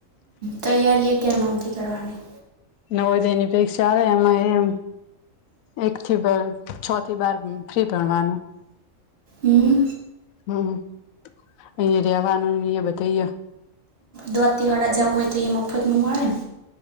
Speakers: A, on the right (about 50°); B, on the left (about 90°).
A: તૈયારી અગિયારમા માંથી કરવાની.
B: નવોદયની પરીક્ષા આવે એમાં એમ એક થી બાર છ થી બાર ફ્રી ભણવાનું.
A: હમ.
B: હમ અહી રહેવાનું ને ઈ એ બધુંય
A: દ્વાતી વાળા જવું હોય તો એ મફત માં મળે ને.